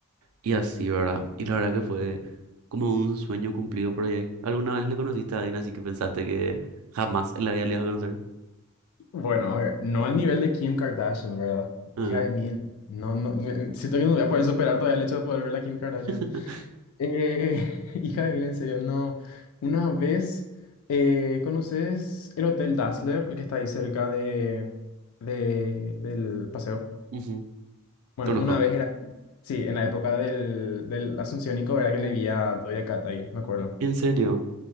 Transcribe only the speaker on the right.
Y así, ¿verdad? Y la verdad que fue como un sueño cumplido por ahí. ¿Alguna vez le conociste a alguien así que pensaste que jamás en la vida le ibas a conocer?
Ah,
<laughs>
ujú,
Conozco.
Mm,
¿En serio?